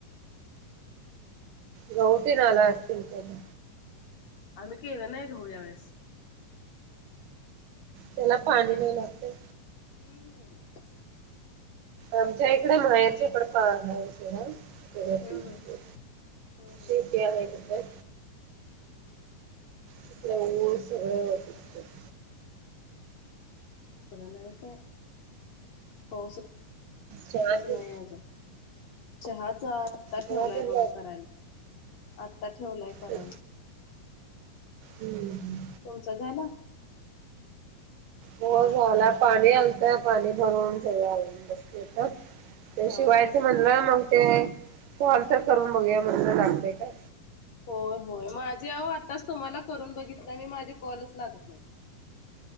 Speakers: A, on the right; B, on the left.
A: गौ तेन आला असतील त्या म.
B: आम्ही केळं नाही घेऊ या वेळेस.
A: त्याला पाणी नाही लागते.
B: हम्म हम्म.
A: आमच्या इकडे मायाचा इकडे. <unintelligible> चला
B: हम्म
A: ठीक आहे
B: हम्म हम्म
A: शेत्या वय तिथं.
B: हम्म.
A: तिकडं मंग सगळं. <unintelligible>
B: इकडं नाय काय पाऊसं इथेच
A: चहा तेन
B: नाय आहे अजून चहाचा आ ता
A: सगळ्यातच
B: ठेवलाय बघा करायला आता ठेवलाय करायला.
A: जात हम्म हम्म.
B: तुमचा झालं?
A: हो झाला पाणी आलतय पाणी भरवून सगळं आले बसते आता. ते
B: हा
A: शिवायचं
B: हा.
A: म्हणलं मंग ते कॉल तर करून बघूया म्हणलं लागतय काय.
B: हो होय माझे अहो आत्ताच तुम्हाला करून बघितलं मी माझे कॉलच लागत नाही.